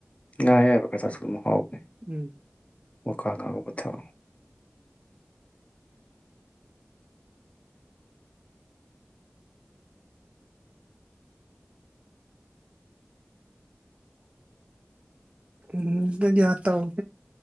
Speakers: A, on the left (about 30°); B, on the right (about 30°).
A: ꯉ ꯑꯌꯥꯏꯕ ꯀꯁꯜꯂꯨ ꯍꯥꯎꯕꯅꯦ
B: ꯎꯝ
A: ꯑꯣꯀ ꯀꯥꯕꯨ ꯀꯊꯥ
B: ꯎꯝ ꯑꯗꯨꯗꯤ ꯇꯧ